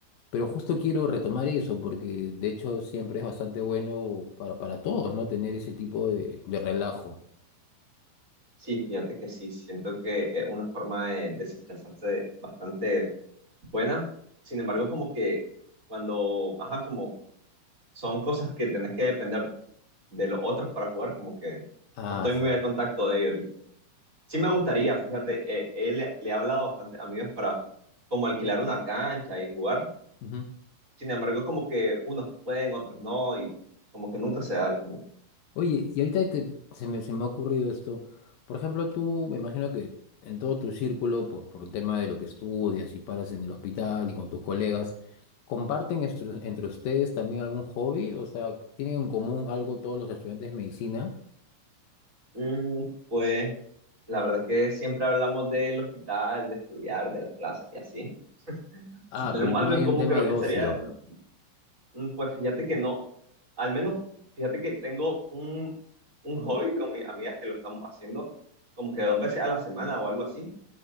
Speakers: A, on the left; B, on the right.
A: Pero justo quiero retomar eso porque de hecho siempre es bastante bueno para, para todos, ¿no? Tener ese tipo de, de relajo.
B: Sí, fíjate que sí, siento que es una forma de desestresarse bastante buena. Sin embargo, como que cuando, ajá, como son cosas que tenés que depender de los otros para jugar, como que
A: Ah,
B: no estoy
A: sí.
B: muy al contacto de ellos ahorita. Sí me gustaría, fíjate, eh, he- le, le he hablado a bastantes amigos para como alquilar una cancha y jugar,
A: Ujú.
B: Sin embargo, como que unos pueden, otros no, y como que nunca se da al final.
A: Oye, y ahorita te- se me, se me ha ocurrido esto. Por ejemplo, tú, me imagino que en todo tu círculo, por, por el tema de lo que estudias y paras en el hospital y con tus colegas, ¿comparten estru- entre ustedes también algún hobby? O sea, ¿tienen en común algo todos los estudiantes de medicina?
B: Mm, pues la verdad es que siempre hablamos del hospital, de estudiar, de las clases y así.
A: Ah,
B: Si tenemos
A: pero no
B: algo
A: hay
B: en común,
A: un tema
B: creo
A: de
B: que
A: ocio.
B: sería eso. Mm, pues fíjate que no, al menos fíjate que tengo un, un hobby con mis amigas que lo estamos haciendo como que dos veces a la semana o algo así.